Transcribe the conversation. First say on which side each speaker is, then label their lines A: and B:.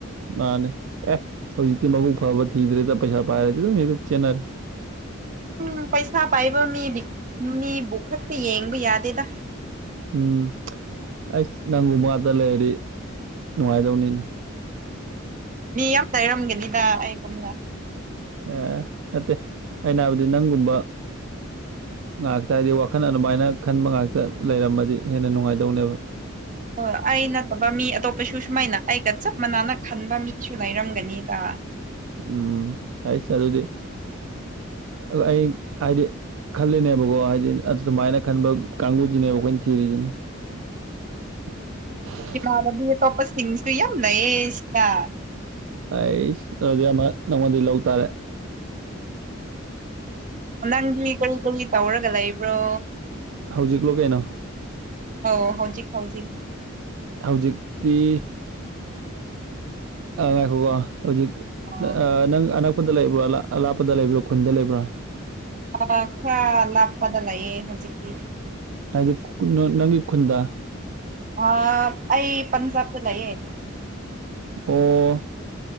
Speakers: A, on the right; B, on the right.
A: ꯃꯥꯅꯦ ꯑꯦ ꯍꯧꯖꯤꯛꯇꯤ ꯃꯕꯨꯨꯛ ꯐꯕ ꯊꯤꯗ꯭ꯔꯦꯗ ꯄꯩꯁꯥ ꯄꯥꯏꯔꯗꯤ ꯑꯗꯨꯝ ꯍꯦꯛꯇ ꯆꯦꯟꯅꯔꯦ
B: ꯎꯝ ꯄꯩꯁꯥ ꯄꯥꯏꯕ ꯃꯤꯗꯤ ꯃꯤꯕꯨ ꯈꯛꯇ ꯌꯦꯡꯕ ꯌꯥꯗꯦꯗ
A: ꯎꯝ ꯑꯩꯁ ꯅꯪꯒꯨꯝꯕ ꯉꯥꯛꯇ ꯂꯩꯔꯗꯤ ꯅꯨꯡꯉꯥꯏꯗꯧꯅꯤꯅꯦ
B: ꯃꯤ ꯌꯥꯝ ꯇꯩꯔꯝꯒꯅꯤꯗ ꯑꯩꯒꯨꯝꯅ
A: ꯑꯦ ꯅꯠꯇꯦ ꯑꯩꯅ ꯍꯥꯏꯕꯗꯤ ꯅꯪꯒꯨꯝꯕ ꯉꯥꯛꯇ ꯍꯥꯏꯗꯤ ꯋꯥꯈꯜ ꯑꯗꯨꯃꯥꯏꯅ ꯈꯟꯕ ꯉꯥꯛꯇ ꯂꯩꯔꯝꯃꯗꯤ ꯍꯦꯟꯅ ꯅꯨꯡꯉꯥꯏꯗꯧꯅꯦꯕ
B: ꯍꯣꯏ ꯑꯩ ꯅꯠꯇꯕ ꯃꯤ ꯑꯇꯣꯞꯄꯁꯨ ꯁꯨꯃꯥꯏꯅ ꯑꯩꯒ ꯆꯞ ꯃꯥꯟꯅꯅ ꯈꯟꯕ ꯃꯤꯁꯨ ꯂꯩꯔꯝꯒꯅꯤꯗ
A: ꯎꯝ ꯍꯥꯏꯁ ꯑꯗꯨꯗꯤ ꯑꯗꯨ ꯑꯩ ꯍꯥꯏꯗꯤ ꯈꯜꯂꯤꯅꯦꯕꯀꯣ ꯍꯥꯏꯗꯤ ꯑꯖꯨꯃꯥꯏꯅ ꯈꯟꯕ ꯀꯥꯡꯒꯨꯖꯤꯅꯦꯕ ꯑꯩꯈꯣꯏꯅ ꯊꯤꯔꯤꯖꯤꯅ <inaudible>
B: ꯏꯃꯥꯟꯅꯕꯤ ꯑꯇꯣꯞꯄꯁꯤꯡꯁꯨ ꯌꯥꯝ ꯂꯩꯌꯦ ꯏꯁꯤꯗ
A: ꯑꯩꯁ ꯑꯗꯨꯗꯤ ꯑꯃ ꯅꯪꯉꯣꯟꯗꯩꯩ ꯂꯧ ꯇꯥꯔꯦ
B: ꯅꯪꯒꯤ ꯀꯔꯤ ꯀꯔꯤ ꯇꯧꯔꯒ ꯂꯩꯕ꯭ꯔꯣ
A: ꯍꯧꯖꯤꯛꯂꯣ ꯀꯩꯅꯣ
B: ꯑꯧ ꯍꯧꯖꯤꯛ ꯍꯧꯖꯤꯛ
A: ꯍꯧꯖꯤꯛꯇꯤ ꯑ ꯉꯥꯏꯈꯣꯀꯣ ꯍꯨꯖꯤꯛ
B: ꯑꯣ
A: ꯅ ꯑ ꯅꯪ ꯑꯅꯛꯄꯗ ꯂꯩꯕ꯭ꯔꯣ ꯑꯂꯥꯞ ꯑꯂꯥꯞꯄꯗ ꯂꯩꯕ꯭ꯔꯣ ꯈꯨꯟꯗ ꯂꯩꯕ꯭ꯔꯥ
B: ꯑ ꯈ꯭ꯔ ꯂꯥꯛꯞꯄꯗ ꯂꯩꯌꯦ ꯍꯧꯖꯤꯛꯇꯤ
A: ꯍꯥꯏꯗꯤ ꯀꯨꯟꯅ ꯅꯪꯒꯤ ꯈꯨꯟꯗ
B: ꯑ ꯑꯩ ꯄꯟꯖꯥꯕꯇ ꯂꯩꯌꯦ
A: ꯑꯣ